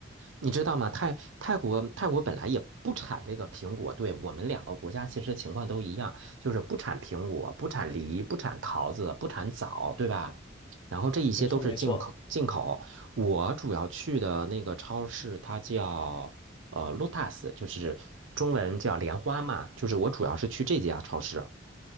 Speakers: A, on the right (about 85°); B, on the left (about 25°).
A: 你知道吗？泰泰国泰国本来也不产这个苹果，对，我们两个国家其实情况都一样，就是不产苹果、不产梨、不产桃子、不产枣，对吧？然后这一些都是进口进口。
B: 没错，没错。
A: 我主要去的那个超市，它叫。呃 Lotus，就是中文叫莲花嘛，就是我主要是去这家超市。